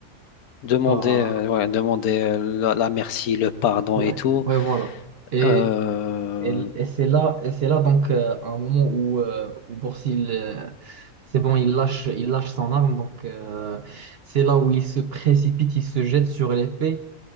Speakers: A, on the left; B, on the right.
A: Demander,
B: bah,
A: euh, ouais, demander euh, la, la merci, le pardon
B: ouais,
A: et tout.
B: ouais voilà. Et,
A: Euh,
B: et, et c'est là et c'est là donc euh, un moment où euh, où Borsil euh, c'est bon, il lâche il lâche son arme donc euh, c'est là où il se précipite, il se jette sur l'épée.